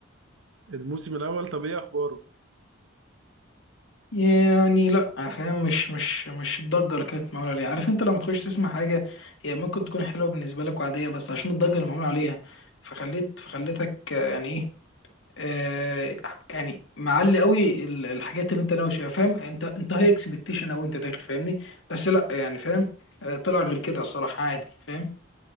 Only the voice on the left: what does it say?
يعني لا فاهم مش مش مش الضجة اللي كانت معمولة عليها عارف انت لما تخش تسمع حاجة هي ممكن تكون حلوة بالنسبة لك وعادية بس عشان الضجة اللي معمولة عليها فخليت فخليتك آه، يعني ايه آه، يعني معلي قوي ال- الحاجات اللي انت ناوي فيها فاهم انت انت هاي اكسبكتيشن او انت داخل فاهمني بس لا يعني فاهم آه، طلع غير كده الصراحه عادي فاهم